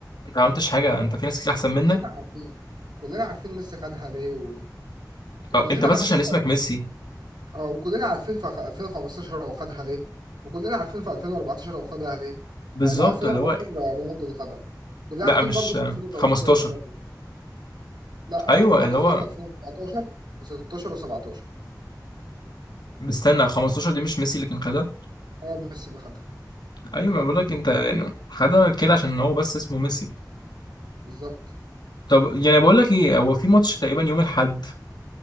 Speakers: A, on the left; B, on the right.
A: انت ما عملتش حاجه انت في ناس كتير احسن منك
B: كلنا عارفين كلنا عارفين ميسي خدها ليه و... وكلنا
A: أو انت بس
B: عارفين
A: عشان اسمك ميسي
B: اه وكلنا عارفين في 2015 هو خدها ليه وكلنا عارفين في 2014 هو خدها ليه
A: بالظبط
B: آه لا 2014
A: اللي هو
B: رونالدو اللي خدها كلنا
A: لا
B: عارفين
A: مش
B: برضو في 2013
A: 15
B: هو خدها ليه لا
A: ايوه
B: آه رونالدو
A: اللي
B: خدها
A: هو
B: في 2014 و16 و17
A: مستنى 15 دي مش ميسي اللي كان خدها
B: اه ميسي اللي خدها
A: ايوه ما بقول لك انت يعني خدها كده عشان هو بس اسمه ميسي
B: بالظبط
A: طب يعني بقول لك ايه هو في ماتش تقريبا يوم الاحد